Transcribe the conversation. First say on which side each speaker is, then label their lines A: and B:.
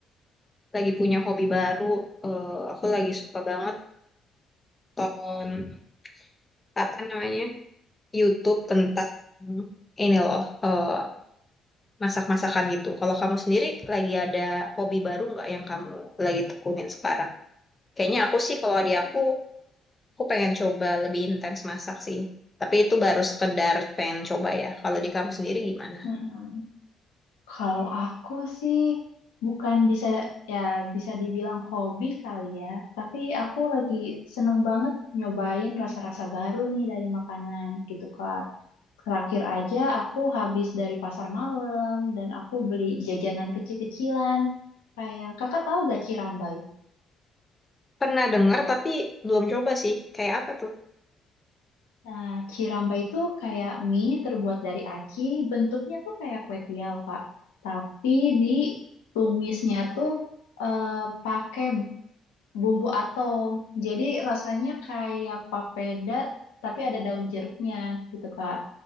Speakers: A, on the left (about 25°); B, on the left (about 80°).
A: lagi punya hobi baru. Eh aku lagi suka banget tonton apa namanya YouTube tentang ini loh, eh masak-masakan gitu. Kalau kamu sendiri lagi ada hobi baru nggak yang kamu lagi tekunin sekarang? Kayaknya aku sih kalau di aku, aku pengen coba lebih intens masak sih. Tapi itu baru sekedar pengen coba ya. Kalau di kamu sendiri gimana?
B: Mm-mm. Kalau aku sih bukan bisa ya bisa dibilang hobi kali ya, tapi aku lagi seneng banget nyobain rasa-rasa baru nih dari makanan gitu Kak. Terakhir aja aku habis dari pasar malam dan aku beli jajanan kecil-kecilan. Kayak Kakak tahu gak Cirambay?
A: Pernah dengar tapi belum coba sih. Kayak apa tuh?
B: Nah, ciramba itu kayak mie terbuat dari aci, bentuknya tuh kayak kue tiaw, Kak. Tapi ditumisnya tuh eh, pakai bumbu atom. Jadi rasanya kayak papeda, tapi ada daun jeruknya gitu, Kak.